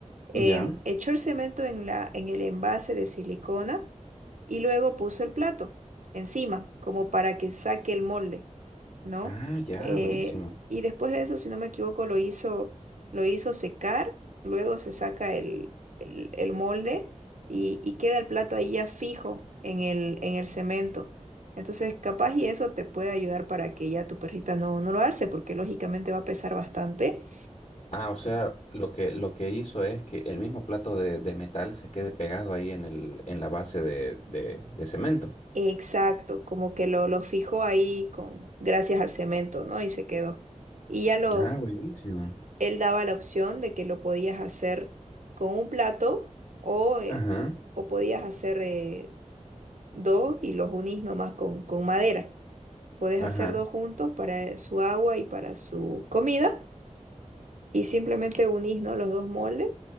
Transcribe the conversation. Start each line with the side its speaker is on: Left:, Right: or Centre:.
Right: Em,
Left: ya.
Right: echó el cemento en la, en el envase de silicona y luego puso el plato encima, como para que saque el molde, ¿no?
Left: Ah, ya,
Right: Eh,
Left: buenísimo.
Right: y después de eso, si no me equivoco, lo hizo, lo hizo secar, luego se saca el, el- el molde y, y queda el plato ahí ya fijo en el, en el cemento. Entonces, capaz y eso te puede ayudar para que ya tu perrita no, no lo alce, porque lógicamente va a pesar bastante
Left: Ah, o sea, lo que, lo que hizo es que el mismo plato de, de metal se quede pegado ahí en el, en la base de, de, de cemento.
Right: Exacto, como que lo, lo fijó ahí con gracias al cemento, ¿no? Y se quedó. Y ya lo,
Left: Ah, buenísimo.
Right: él daba la opción de que lo podías hacer con un plato o, eh,
Left: Ajá,
Right: o podías hacer eh, dos y los unís nomás con, con madera. Podés
Left: ajá.
Right: hacer dos juntos para su agua y para su comida y simplemente unís, ¿no? los dos moldes